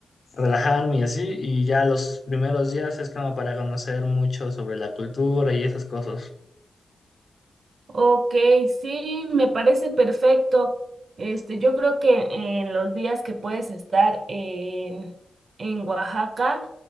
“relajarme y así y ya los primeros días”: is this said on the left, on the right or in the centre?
Left